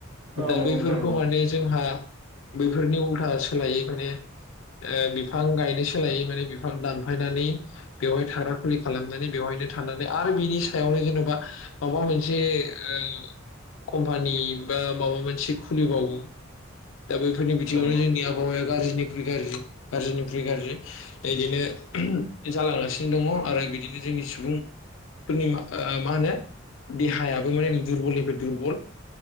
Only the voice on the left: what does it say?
दा
बैफोरखौ
माने जोंहा बैफोरनि उल्था सोलायै माने बिफां गायनाय सम स म बिफां दानफायनानै बेवहाय थाग्रा खुलि खालामनानै बेवहायनो थानानै आरो बिनि सायाव जेनेबा माबा मोनसे ओ कम्पानि बा माबा मोनसे खुलिबावो। दा बैफोरनि बिथिङावनो
जोंनि
आबहावाया गाज्रिनिख्रइ गाज्रि गाज्रिनिख्रुइ गाज्रि बिदिनो जालांगासिनो दङ आरो बिदिनो जोंनि सुबुं नि मा होनो? देहायाबो माने दुरबलनिफ्राय दुरबल